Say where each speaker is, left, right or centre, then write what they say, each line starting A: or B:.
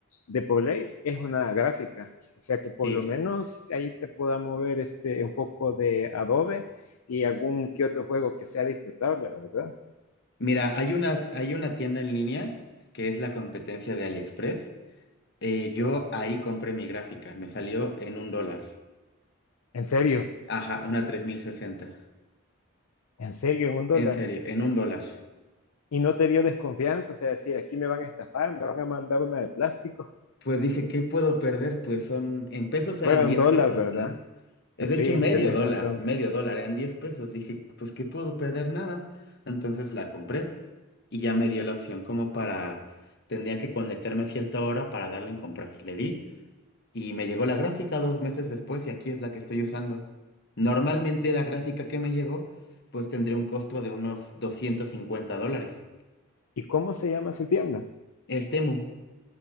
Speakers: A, on the left; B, on the left.
A: de por ley es una gráfica. O sea que por
B: Sí.
A: lo menos ahí te pueda mover este, un poco de Adobe y algún que otro juego que sea disfrutable, ¿verdad?
B: Mira, hay unas, hay una tienda en línea que es la competencia de AliExpress Eh, yo ahí compré mi gráfica, me salió en un dólar.
A: En serio,
B: Ajá, una tres mil sesenta,
A: En serio, en un dólar.
B: En serio, en un dólar.
A: Y no te dio desconfianza, o sea, decir, aquí me van a estafar, me van a mandar una de plástico.
B: Pues dije, ¿qué puedo perder? Pues son, en pesos eran
A: Bueno,
B: 10
A: un dólar,
B: pesos,
A: ¿verdad?
B: ¿no? Es
A: Sí,
B: de hecho medio
A: tenés
B: dólar,
A: razón.
B: medio dólar, eran 10 pesos. Dije, pues ¿qué puedo perder? Nada. Entonces la compré y ya me dio la opción como para, tendría que conectarme a cierta hora para darle en comprar. Le di Y me llegó la gráfica dos meses después y aquí es la que estoy usando. Normalmente la gráfica que me llegó, pues tendría un costo de unos 250 dólares.
A: ¿Y cómo se llama esa tienda?
B: Es Temu.